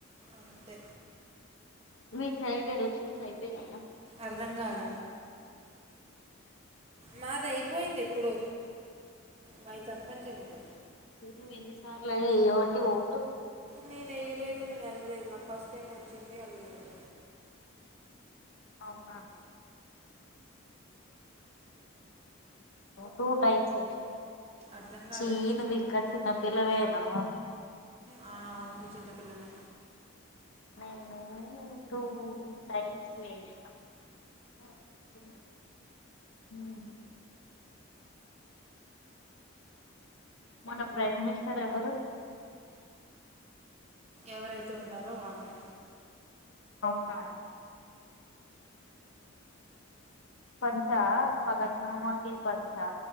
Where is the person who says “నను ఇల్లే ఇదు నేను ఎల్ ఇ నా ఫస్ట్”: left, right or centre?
Right